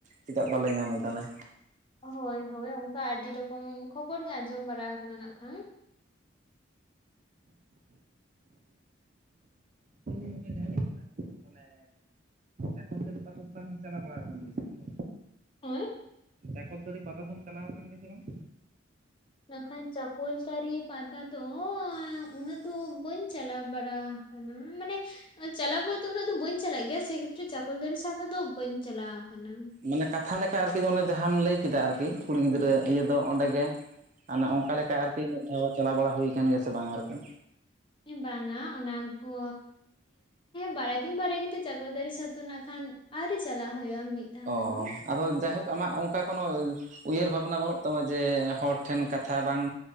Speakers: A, on the right; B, on the left.
A: ᱪᱮᱫᱟᱜ ᱵᱟᱞᱮ ᱧᱟᱢ ᱮᱫᱟᱞᱮ
B: ᱦᱳᱭ ᱦᱳᱭ ᱚᱱᱠᱟ ᱟᱹᱰᱤ ᱨᱚᱠᱚᱢ ᱠᱷᱚᱵᱚᱨ ᱜᱮ ᱟᱸᱡᱚᱢ ᱵᱟᱲᱟ ᱟᱠᱟᱱᱟ ᱱᱟᱜ ᱠᱷᱟᱱ
A: <unintelligible> ᱢᱟᱱᱮ ᱮᱠᱷᱚᱱ ᱛᱟᱹᱲᱤ ᱯᱟᱛᱟ ᱛᱮᱢ ᱪᱟᱞᱟᱣ ᱵᱟᱲᱟ ᱠᱟᱱᱟ ᱜᱮ ᱥᱮ ᱵᱟᱝ
B: ᱦᱳᱭ
A: ᱪᱟᱠᱚᱞᱛᱟᱹᱲᱤ ᱯᱟᱛᱟ ᱫᱚᱢ ᱪᱟᱞᱟᱣ ᱟᱠᱟᱱ ᱜᱮᱭᱟ ᱥᱮ ᱵᱟᱝ
B: ᱢᱮᱱᱠᱷᱟᱱ ᱪᱟᱠᱚᱞ ᱴᱟᱹᱨᱤ ᱯᱟᱛᱟ ᱫᱚ ᱩᱱᱟᱹᱜ ᱫᱚ ᱵᱟᱹᱧ ᱪᱟᱞᱟᱣ ᱵᱟᱲᱟᱜ ᱠᱟᱱᱟ ᱢᱟᱱᱮ ᱪᱟᱞᱟᱣ ᱵᱚᱞᱛᱮ ᱩᱱᱟᱹᱜ ᱫᱚ ᱵᱟᱹᱧ ᱪᱟᱞᱟᱜ ᱜᱮᱭᱟ ᱥᱮ ᱠᱷᱟᱹᱛᱤᱨ ᱪᱟᱠᱚᱞ ᱛᱟᱹᱨᱤ ᱪᱷᱟᱛᱟ ᱫᱚ ᱵᱟᱹᱧ ᱪᱟᱞᱟᱣ ᱟᱠᱟᱱᱟ
A: ᱢᱟᱱᱮ ᱠᱟᱛᱷᱟ ᱞᱮᱠᱟ ᱟᱨᱠᱤ ᱚᱱᱮ ᱡᱟᱦᱟᱸᱟᱢ ᱞᱟᱹᱭ ᱠᱮᱫᱟ ᱟᱨᱠᱤ ᱠᱩᱲᱤ ᱜᱤᱫᱽᱨᱟᱹ ᱤᱭᱟᱹ ᱫᱚ ᱚᱸᱰᱮ ᱜᱮ ᱚᱱᱮ ᱚᱠᱟ ᱞᱮᱠᱟ ᱟᱨᱠᱤ ᱢᱤᱫ ᱫᱷᱟᱣ ᱪᱟᱞᱟᱣ ᱵᱟᱲᱟ ᱦᱩᱭ ᱟᱠᱟᱱ ᱜᱮᱭᱟ ᱥᱮ ᱵᱟᱝ ᱟᱨᱠᱤ
B: ᱵᱟᱝᱟ ᱚᱱᱟ ᱠᱚ ᱵᱟᱲᱟᱭ ᱫᱚᱧ ᱵᱟᱲᱟᱭ ᱜᱮᱛᱚ ᱪᱟᱠᱚᱞᱛᱟᱹᱨᱤ <unintelligible> ᱱᱟᱠᱷᱟᱱ ᱟᱹᱣᱨᱤ ᱪᱟᱞᱟᱜ ᱦᱳᱭᱳᱼᱟ ᱢᱤᱫ ᱫᱷᱟᱣ
A: ᱚ
B: ᱦᱚᱸ
A: ᱟᱫᱚ ᱡᱟᱭᱦᱳᱠ ᱟᱢᱟᱜ ᱚᱱᱠᱟ ᱠᱳᱱᱳ ᱩᱭᱦᱟᱹᱨ ᱵᱷᱟᱵᱽᱱᱟ ᱵᱟᱹᱱᱩᱜ ᱛᱟᱢᱟ ᱡᱮ ᱦᱚᱲ ᱴᱷᱮᱱ ᱠᱟᱛᱷᱟ ᱵᱟᱝ